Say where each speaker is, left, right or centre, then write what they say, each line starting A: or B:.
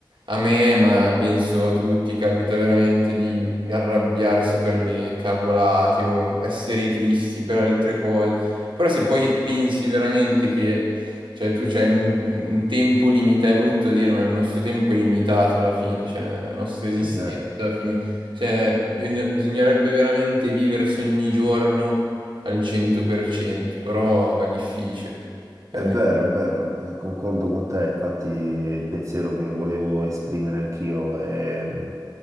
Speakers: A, on the right (about 80°); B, on the right (about 40°).
A: a me, ma penso a tutti, capita veramente di arrabbiarsi per le cavolate o essere tristi per altre cose. Però se poi pensi veramente che, cioè, tu c'hai un, un tempo limitato, è brutto dire, ma il nostro tempo è limitato alla fine, cioè, la nostra esistenza
B: È vero.
A: finisce. Cioè, bisogna- bisognerebbe veramente viversi ogni giorno al 100%, però è difficile. Veramente.
B: È vero, è vero, eh, concordo con te, infatti è il pensiero che volevo esprimere anch'io. Ehm,